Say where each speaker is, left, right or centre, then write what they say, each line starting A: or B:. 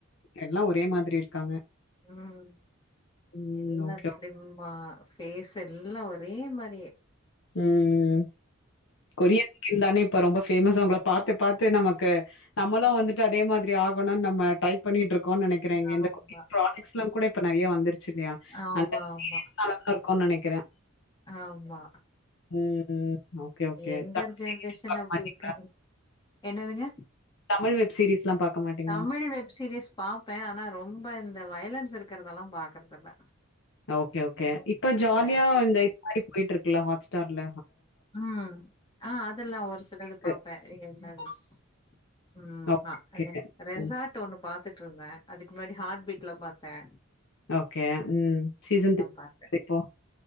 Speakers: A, on the left; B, on the left.
A: எல்லா ஒரே மாதிரி இருக்காங்க
B: ம்
A: ம்.
B: எல்லா
A: ஓகே.
B: ஸ்லிம் மா ஃபேஸ் எல்லா ஒரே மாரி
A: ம்ம்ம்ம் கொரிய கின்தானே இப்ப ரொம்ப ஃபேமஸ் உங்கள பாத்து பாத்து நமக்கு நம்மளு வந்துட்டு அதே மாரி ஆகணும்னு நம்ம டைப் பண்ணிட்டு இருக் கோ நெனைக்கிறேங்க
B: ஆமா
A: இந்த குட்டி ப்ராஜெக்ட்ஸ்ல்லா கூட ப்ப நெறைய வந்துருச் சேரியா
B: ஆமா
A: அந்த
B: ஆமா
A: பீரீயஸ்னால தா இருக் ஒ நெனைக்கிறே
B: ஆமா
A: ம்‌ ம் ஓகே ஓகே
B: எங்கர்
A: <unintelligible>
B: ஜென்ரேஷன் அப்டி இருக்காங்க என்னதுங்க
A: தமிழ் வெப் சீரீஸ்லா பாக்க மாட்டீங்களா?
B: தமிழ் வெப் சீரிஸ் பாப்பே ஆனா ரொம்ப இந்த வயலன்ஸ் இருக்கிறதெல்லா பாக்குறதில்ல
A: ஓகே ஓகே
B: ரொம்ப
A: இப்ப ஜாலியா
B: அடி
A: இந்த இது மாரி போயிட்டு இருக்குல ஹ தர்ல
B: ம் ஆ அதெல்லா ஒரு சிலது
A: இருக்கு
B: பாப்பே <unintelligible> ம்
A: ஓகே
B: ஹ ரெசார்ட்
A: ம்
B: ஒண்ணு பாத்து ட்ருந்தே அதுக்கு முன்னாடி ஹார்ட் பீட்லா‌ பாத்தே
A: ஓகே ம் சீசன் த்ரி
B: பாத்தேன்.
A: இப்போ